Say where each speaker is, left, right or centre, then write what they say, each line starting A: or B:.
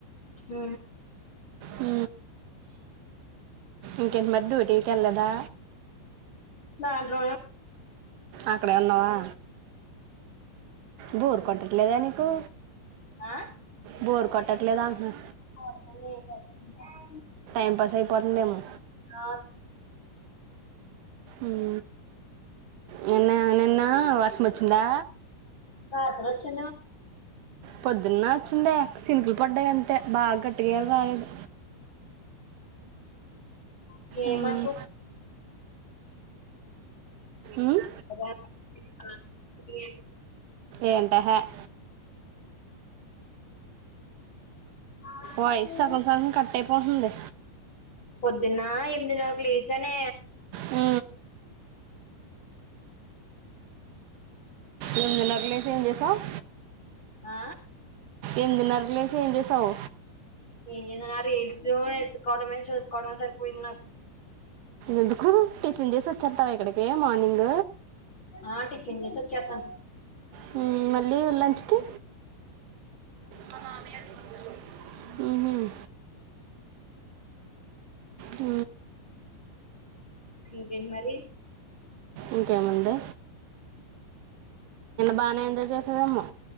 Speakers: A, on the left; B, on the right.
A: హు
B: ఊ ఇంకేంటి మరి డ్యూటీకి వెళ్ళదా
A: దాంట్లోను
B: అక్కడే ఉన్నావా బోర్ కొట్టట్లేదని కొ
A: ఆ
B: బోర్ కొట్టట్లేదా అంటున్న
A: కొడతాంది ఏం చేద్దాం మరి
B: టైంపాస్ అయిపోతుందేమో
A: ఆ
B: ఉహు నిన్న నిన్న ఆ వర్షం వచ్చిందా
A: రాత్రి వచ్చింది
B: పొద్దున్న వచ్చిండే చినుకులు పడ్డాయి అంతే బాగ గట్టిగేమ్ రాలేదు
A: మాకు ఏమా
B: ఉమ్. ఉమ్.
A: <inaudible> ఏ-
B: ఏంటహయ్
A: ఆఫిల్
B: వాయిస్ సగం సగం కట్ అయిపోతుంది
A: పొద్దున్న ఎమిదిన్నరకు లేచనే
B: ఊ ఎనిమిదినరికి లేచి ఏం చేసావ్
A: ఆ
B: ఎనిమిదినరికి లేచి ఏం చేసావ్
A: ఏమ్ చేసాన రిల్స్ ఎత్తుకోవడమే చూసుకోవడమే సరిపోయింది నాకు
B: ఎందుకు టిఫిన్ చేసి వచ్చేస్తావా ఇక్కడికి మార్నింగ్
A: ఆ టిఫిన్ చేసి వచ్చేస్తాను
B: హు మళ్ళీ లంచ్ కి మా మామయ్య పట్టుకొతాడు మ్ హు ఊ
A: ఇంకేంటి మరి
B: ఇంకేముంది బానే ఎంజాయ్ చేశ్యావేమో